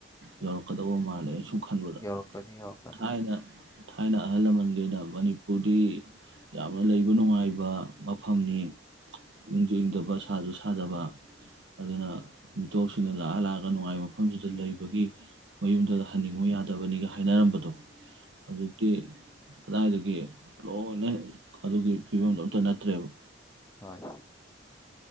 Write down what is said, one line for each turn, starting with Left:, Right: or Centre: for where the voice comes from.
Right: ꯌꯧꯔꯛꯀꯗꯧꯕ
Left: ꯎꯝ
Right: ꯃꯥꯜꯂꯦ ꯑꯩ ꯁꯨꯝ ꯈꯟꯕꯗ
Left: ꯌꯧꯔꯛꯀꯅꯤ ꯌꯧꯔꯛꯀꯅꯤ
Right: ꯊꯥꯏꯅ ꯊꯥꯏꯅ ꯑꯍꯜ ꯂꯃꯟꯒꯤꯩꯅ ꯃꯅꯤꯄꯨꯔꯗꯤ ꯌꯥꯝꯅ ꯂꯩꯕ ꯅꯨꯡꯉꯥꯏꯕ ꯃꯐꯝꯅꯤ ꯏꯪꯁꯨ ꯏꯪꯗꯕ ꯁꯥꯁꯨ ꯊꯥꯗꯕ ꯑꯗꯨꯅ
Left: ꯎꯝ
Right: ꯏꯇꯣꯞꯁꯤꯡꯅ ꯂꯥꯛꯑ ꯂꯥꯛꯑꯒ ꯅꯨꯡꯉꯥꯏꯕ ꯃꯐꯝꯁꯤꯗ ꯂꯩꯕꯒꯤ ꯃꯌꯨꯝꯗꯨꯗ
Left: ꯎꯝ
Right: ꯍꯟꯅꯤꯡꯉꯨ ꯌꯥꯗꯕꯅꯤꯒ ꯍꯥꯏꯅꯔꯝꯕꯗꯣ ꯍꯧꯖꯤꯛꯀꯤ ꯀꯗꯥꯏꯗꯨꯗꯒꯤ ꯂꯣꯏꯅ ꯑꯗꯨꯒꯤ ꯐꯤꯕꯝꯗꯣ ꯑꯝꯇ ꯅꯠꯇ꯭ꯔꯦꯕ
Left: ꯍꯣꯏ